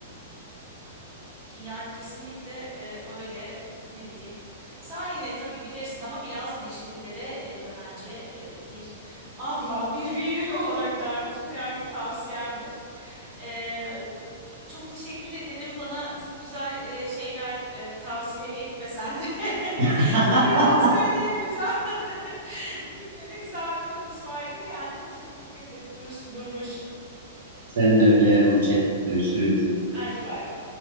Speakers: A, on the right; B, on the right.
A: Yani kesinlikle e, öyle ne bileyim. Sen yine tabii bilirsin ama biraz neşelilere e, bence e, bir ablan, bir büyüğün <laughs> olarak dermişim yani tavsiyemdir. E, çok teşekkür ederim bana çok güzel e, şeyler e, tavsiye etmesen de. <laughs>
B: <laughs>
A: Şimdi yalan söyleyemeyeceğim. <laughs> Yine de güzel bir konuşmaydı. Kendine çok dikkat et dur, durmuş.
B: Sen de öyle Burçe. Görüşürüz.
A: Hadi bay bay.